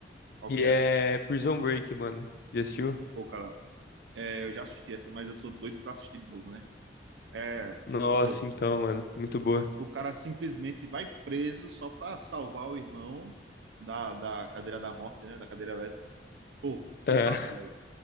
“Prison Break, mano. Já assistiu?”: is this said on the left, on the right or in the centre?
Left